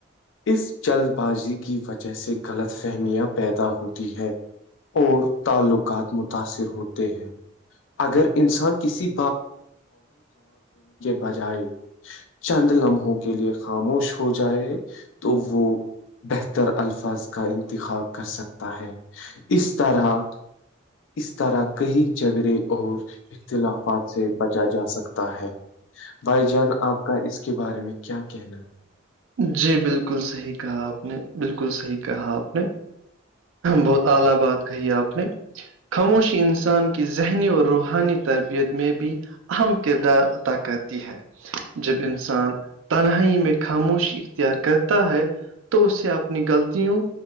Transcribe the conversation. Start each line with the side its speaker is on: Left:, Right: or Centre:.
Left: اس جلد بازی کی وجہ سے غلط فہمیاں پیدا ہوتی ہیں اور تعلقات متاثر ہوتے ہیں کے بجائے چند لمحوں کے لیے خاموش ہو جائے تو وہ بہتر الفاظ کا انتخاب کر سکتا ہے اس طرح اس طرح کہیں جھگڑے اور اختلافات سے بچا جا سکتا ہے بھائی جان آپ کا اس کے بارے میں کیا کہنا ہے
Right: جی بالکل صحیح کہا آپ نے بالکل صحیح کہا آپ نے بہت اعلی
Left: جی
Right: بات کہی ہے آپ نے خاموشی انسان کی ذہنی اور روحانی تربیت میں بھی اہم کردار ادا کرتی ہے جب انسان تنہائی میں ک خاموش اختیار کرتا ہے تو اسے اپنی غلطوں